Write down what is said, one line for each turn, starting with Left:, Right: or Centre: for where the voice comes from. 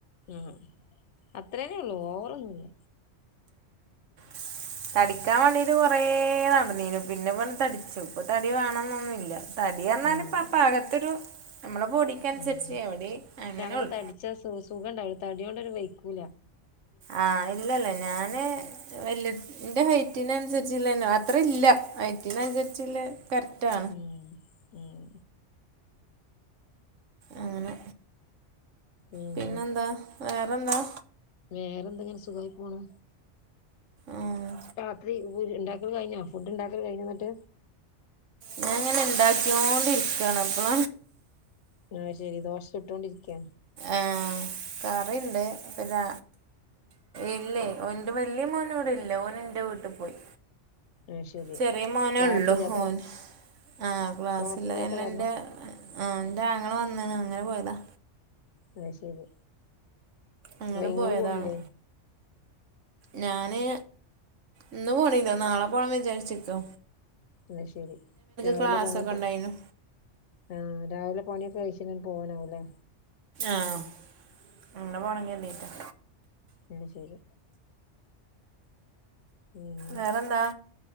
Left: ഉം അത്രേനേ ഉള്ളൂ ഓവറൊന്നുല്ല.
Right: ഉ തടിക്കാൻ വേണ്ടിട്ട് കുറേ നടന്നീനു പിന്നെ ഇപ്പ തടിച്ചു ഇപ്പൊ തടി വേണംന്നൊന്നില്ല. തടിയെന്നാൽ
Left: ആഹ്
Right: ഇപ്പ പാകത്തൊരു നമ്മളെ ബോഡിക്കനുസരിച്ച്
Left: ഉം
Right: എവിടെ അങ്ങനെള്ളു.
Left: നമുക്ക് തടിച്ച പക്ഷെ സു സുഖം ഉണ്ടാവുല തടിയോണ്ടൊന്നും വയ്ക്കൂല.
Right: ആഹ് ഇല്ലല്ല ഞാന് വല്യ ഇന്റെ ഹൈറ്റിനനുസരിച്ചുല്ലന്നെ അത്ര ഇല്ല ഹൈറ്റിന അനുസരിച്ചുല്ല കറക്റ്റാ
Left: ഉം ഉം.
Right: അങ്ങനെ
Left: ഉം
Right: പിന്നെന്താ വേറെന്താ?
Left: വേറെ എന്താ ഇങ്ങനെ സുഖായി പോണ്.
Right: ആഹ്
Left: രാത്രി ഉ ഉണ്ടാക്കല് കഴിഞ്ഞ ഫുഡ് ഉണ്ടാക്കല് കഴിഞ്ഞാ എന്നിട്ട്?
Right: ഞാൻ ഇങ്ങനെ ഇണ്ടാക്കോണ്ടിരിക്കയാണ് അപ്പള
Left: ആഹ് ശെരി ദോശ ചുട്ടോണ്ടിരിക്കാ.
Right: ആഹ് കറിണ്ട് പിന്ന ഇല്ലേ ഓ ഇന്റെ വല്യ മോനിവിടെ ഇല്ലേ ഓൻ എന്റെ വീട്ടി പോയി.
Left: ആഹ് ശരി
Right: ചെറിയ മോനേ
Left: ക്ലാസ്സില്ലാത്ത
Right: ഉള്ളു ഓൻ ആഹ് ക്ലാസ്സില്ലായിലെന്റെ
Left: ക്ലാസ്സില്ലാത്ത കാരണം
Right: ആ ഇന്റെ ആങ്ങള വന്നിണ് അങ്ങനെ പോയതാ.
Left: അത് ശരി
Right: അങ്ങനെ
Left: അ ഇങ്ങള്
Right: പോയതാണ്
Left: പോണില്ലേ?
Right: ഞാന് ഇന്ന് പോണില്ല നാളെ പോണം വിചാരിചിക്കാ.
Left: അത് ശെരി രാവിലെ
Right: ക്ലാസ്സൊക്കെ
Left: പണിയൊക്കോ
Right: ഉണ്ടായിനു
Left: ആഹ് രാവിലെ പണിയൊക്കെ കഴിച്ചു പോവാനാവൂല്ലേ.
Right: ആഹ് അങ്ങനെ പോണെങ്കി <unintelligible>
Left: ഉം ശരി. ഉം
Right: വേറെന്താ